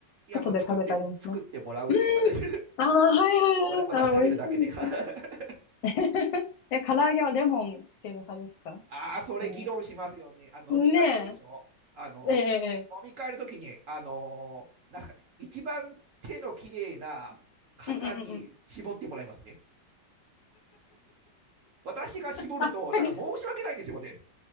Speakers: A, on the right (about 55°); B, on the left (about 75°).
A: いや、
B: 外で食べたりもします。
A: もう作って、作ってもらうというかね。
B: うーん。
A: <laughs>
B: ああ、はいはいはい。
A: わ私食べるだけで。
B: あー、美味しいですね
A: <laughs>
B: <laughs> え、唐揚げはレモンつける派ですか
A: ああ、それ議論しますよね。
B: えー
A: あの飲み会の時でしょあの、
B: ねえ。ええ、
A: 飲み会の時に、あのーなんか、一番手の綺麗な方に絞ってもらいますね。
B: ええ、うんうんうんうん。
A: 私が絞ると、
B: あ、鍵
A: なんか申し訳ないんですよね。